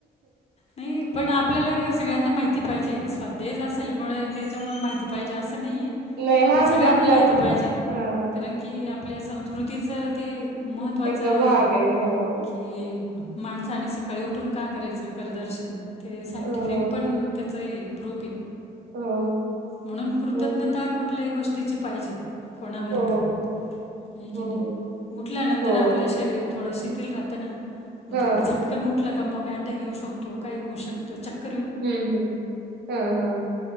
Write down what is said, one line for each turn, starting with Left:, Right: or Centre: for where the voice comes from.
Left: नाइ पण आपल्याला सगळ्यांना माहित पाहिजे स्वाध्याय असेलमुळे त्याच्यामुळे माहिती पाहिजे अस नाई ये
Right: नाही हा
Left: पण सगळ्यांना
Right: म्हणजे आपला
Left: माहिती पायजे
Right: अ
Left: कारण की आप आपल्या संस्कृतीचं ते महत्त्वाचं
Right: एक
Left: हे
Right: भाग आहे हो.
Left: की माणसाने सकाळी उठून का करायचं करदर्शन ते सायंटिफिक
Right: हो
Left: पण त्याचं हे प्रूफ
Right: हो
Left: म्हणून कृतज्ञता
Right: हो
Left: कुठल्याही गोष्टीची पाहिजे. कोणावर
Right: हो
Left: पण हे की
Right: हो
Left: नाही उठल्यानंतर
Right: हो.
Left: आपल्या शरीर थोडं शिथल राहतं ना म
Right: हा
Left: ते झटकन उठलं का मग अट्याक येऊ शकतो काही होऊ शकतं चक्क
Right: हम्म हम्म हा हा